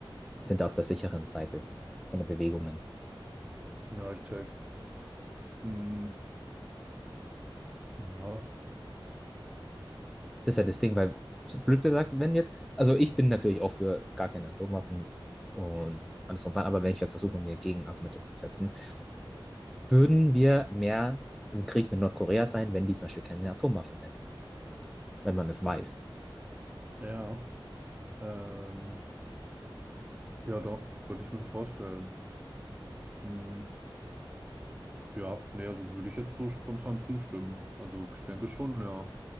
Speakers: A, in the centre; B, on the right.
A: sind da auf der sicheren Seite von den Bewegungen.
B: Ja, ich check. Hm, ja,
A: Das ist halt das Ding, weil, so blöd gesagt, wenn jetzt, also ich bin natürlich auch für gar keine Atomwaffen und alles drum und dran, aber wenn ich jetzt versuche, mir Gegenargumente zu setzen, würden wir mehr im Krieg mit Nordkorea sein, wenn die zum Beispiel keine Atomwaffen hätten, wenn man das weiß.
B: ja. Ähm, ja, doch, könnte ich mir vorstellen. Hm, ja, nee, also würde ich jetzt so spontan zustimmen. Also, ich denke schon, ja.